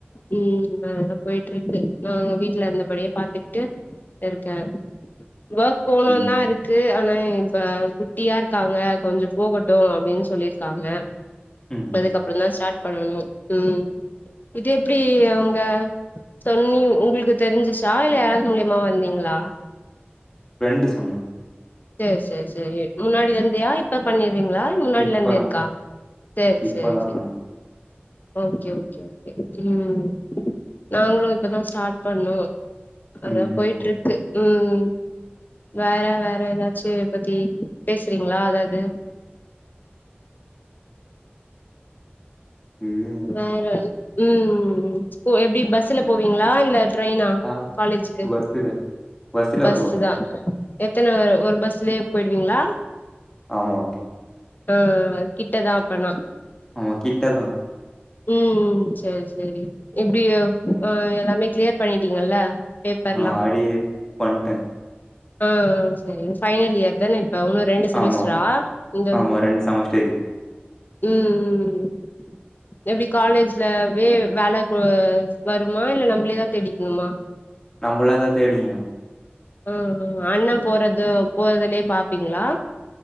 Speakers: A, on the left (about 50°); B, on the left (about 15°).
A: உம் நல்லதா போயிட்டு இருக்கு நாங்க வீட்ல இருந்தபடியே பாத்துக்கிட்டு இருக்க
B: <inaudible>
A: ஒர்க் போனு
B: ம்.
A: தா இருக்கு ஆனா இப்ப குட்டியா இருக்காங்க கொஞ்சோ போகட் அப்டின்னு சொல்லிருக்காங்க
B: ம்.
A: அதுக்கப்பறோ தா ஸ்டார்ட் பண்ணணு உம் இது எப்டி அவுங்க சொன்னி உங்களுக்கு தெரிஞ்சிச்சா இல்ல யாராது மூலியமா வந்தீங்களா
B: ஃப்ரெண்டு சொன்னா
A: சேரி சேரி சேரி முன்னாடி இருந்தியா இப்ப பண்ணி ருங்ளா முன்னாடிலருந்தே
B: இப்பதான்
A: இருக்கா செரி
B: இப்பதான்
A: செரி செரி
B: பண்ணேன்.
A: ஓகே ஓகே ஓகே ம் நாங்களு இப்பதா ஸ்டார்ட் பண்ணோ
B: ம்.
A: அதா போய்ட்டு இருக்கு ம் வேற வேற எதாச்சு பத்தி பேசுறீங்ளா எதாவது
B: <inaudible> இது
A: வேற ம் எப்டி பஸ்ல போவீங்ளா இல்ல ட்ரெய்னா
B: ஆ
A: காலேஜுக்கு
B: பஸ்ஸுல பஸ்ஸுல
A: பஸுதா
B: போவேன்.
A: எத்தன வெர் ஒரு பஸ்லயே போயிடுவீங்ளா
B: ஆமா
A: ஆ கிட்டதா அப்பனா
B: ஆமா கிட்டதா
A: ம் சேரி சேரி எப்டி எல்லாமே கிளியர் பண்ணிட்டீங்கல்ல பேப்பர்லா
B: ஆ அரி ஹரி வந்டே
A: ஆ சரி ஃபைனல் இயர் தானே இப்ப இன்னு ரெண்டு செமஸ்ட்ரா
B: ஆமா,
A: இந்த
B: ஆமா செமஸ்டர் இருக்கு.
A: ம் ம் எப்டி காலேஜ்லவே வேல வருமா இல்ல நம்மளேதா தேடிக்கணுமா
B: நம்மளேதா தேடிக்கணு
A: அ அண்ண போறது போறதுலயே பாப்பீங்ளா